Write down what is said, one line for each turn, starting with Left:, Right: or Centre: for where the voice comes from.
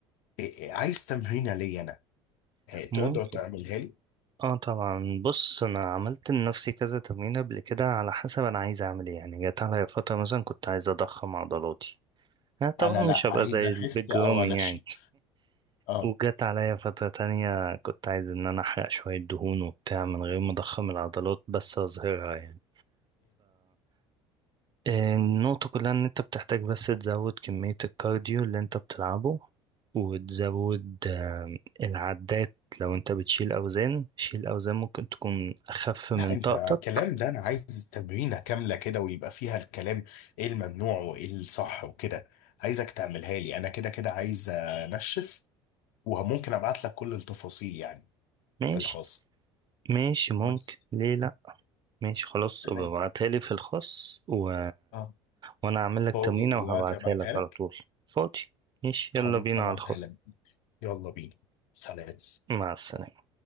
Left: إيه، عايز تمرينة ليا انا إيه،
Right: ممكن
Left: تقدر تعملها لي
Right: اه طبعا بص انا عملت لنفسي كذا تمرين قبل كده على حسب انا عايز اعمل ايه يعني جت عليا فترة مثلا كنت عايز اضخم عضلاتي انا طبعا
Left: انا لا
Right: مش هبقى
Left: عايز
Right: زي
Left: اخس
Right: البيج
Left: او
Right: رامي
Left: انشف
Right: يعني
Left: اه
Right: وجت عليا فترة تانية كنت عايز إن أنا أحرق شوية دهون وبتاع من غير ما أضخم العضلات بس أظهرها يعني فالنقطة كلها إن أنت بتحتاج بس تزود كمية الكارديو اللي أنت بتلعبه وتزود آه، العدات لو أنت بتشيل أوزان شيل أوزان ممكن تكون أخف
Left: لا
Right: من
Left: انت
Right: طاقتك
Left: كلام ده انا عايز تمرينه كامله كده ويبقى فيها الكلام ايه الممنوع وايه الصح وكده عايزك تعملها لي انا كده كده عايز انشف وممكن ابعت لك كل التفاصيل يعني
Right: ماشي
Left: في الخاص
Right: ماشي ممكن
Left: بس
Right: ليه ماشي خلاص
Left: تمام
Right: ابقى ابعتها لي في الخاص و...
Left: اه
Right: وانا هعمل
Left: فاضي
Right: لك تمرينة
Left: دلوقتي
Right: وهبعتها
Left: ابعتها
Right: لك
Left: لك
Right: على طول فاضي ماشي
Left: خلاص
Right: يلا بينا
Left: هبعتها
Right: على الخاص
Left: لك يلا بينا سلام
Right: مع السلامة